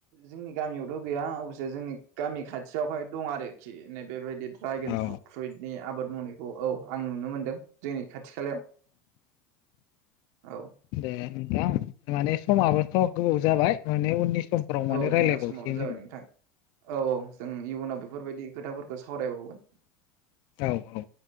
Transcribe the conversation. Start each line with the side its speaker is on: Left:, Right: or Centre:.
Right: जोंनि गामियावथ गैया अबसे जोंनि गामि खाथियावहाय दं आरोखि। बेबायदि ड्रागोनु
Left: औ
Right: फ्रुइटनि आबाद मावनायखौ औ आं नुनो मोनदों जोंनि खाथि खालायाव औ।
Left: ए नोंथां माने समाबोथ गोबाव जाबाय माने उननि समफोराव माने
Right: औ
Left: रायलायबावसिगोन
Right: जोंना समावो जाबाय नोंथां औ औ जों इयुनाव बेफोरबायदि खोथाफोरखौ सावरायबावगोन
Left: औ औ